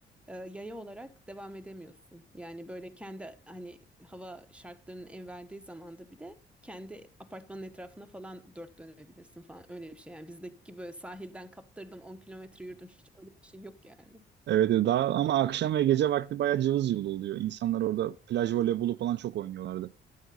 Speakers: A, in the centre; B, on the right.
A: Ee, yaya olarak devam edemiyorsun. Yani böyle kendi hani hava şartlarının el verdiği zamanda bile kendi apartmanın etrafına falan dört dönebilirsin falan öyle bir şey. Yani bizdeki böyle sahilden kaptırdım 10 kilometre yürüdüm hiç öyle bir şey yok yani.
B: Evet evet. daha ama akşam ve gece vakti bayağı cıvıl cıvıl oluyor. İnsanlar orada plaj voleybolu falan çok oynuyorlardı.